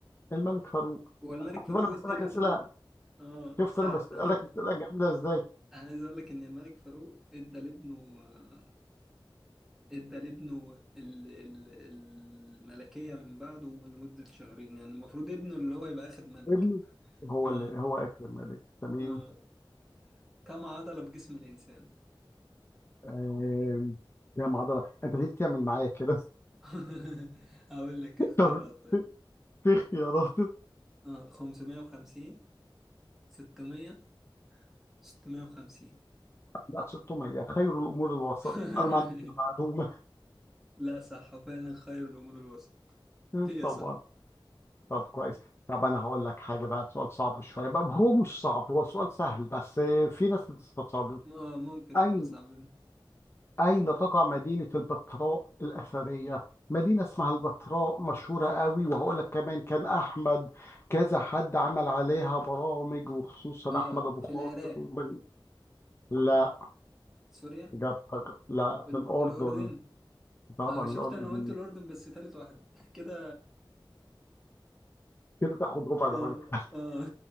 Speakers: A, on the left; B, in the centre.
A: الملك فاروق
B: هو الملك فاروق
A: شوف أنا بسألك
B: ادى لابنه
A: أسئلة
B: اه
A: شفت
B: سهل
A: أنا بسألك أسئلة جامدة إزاي
B: <laughs> انا عايز اقول لك ان الملك فاروق ادى لابنه آه، ادى لابنه ال... ال... الملكية من بعده لمدة شهرين يعني المفروض ابنه اللي هو يبقى اخد ملك
A: ابنه هو
B: اه
A: اللي هو آخر ملك تمام
B: اه كم عضلة في جسم الانسان
A: آم، يا معضلة أنت ليه بتعمل معايا كده
B: <laughs> اقول لك
A: <laughs>
B: اختيارات
A: طب
B: طيب
A: في في اختيارات
B: اه 550 600 650
A: لا 600 خير الأمور الوسط
B: <laughs>
A: أنا ما عنديش معلومة
B: لا صح وفعلا خير الأمور الوسط
A: <laughs>
B: هي
A: طبعا
B: صح
A: طب كويس طب انا هقول لك حاجه بقى سؤال صعب شويه بقى هو مش صعب هو سؤال سهل بس في ناس بتستصعبه
B: اه ممكن
A: اين
B: يبقى صعبين
A: اين تقع مدينه البتراء الاثريه مدينه اسمها البتراء مشهوره قوي وهقول لك كمان كان احمد كذا حد عمل عليها برامج وخصوصا
B: اه
A: احمد ابو خاطر
B: في العراق
A: ومن- لا
B: سوريا
A: اجابتك
B: ال-
A: لا
B: ال-
A: في الاردن
B: الأردن
A: طبعا
B: اه شفت
A: الاردن
B: انا قلت الأردن بس تالت واحد <laughs> كده
A: كده تاخد ربع
B: كده
A: درجه <laughs>
B: اه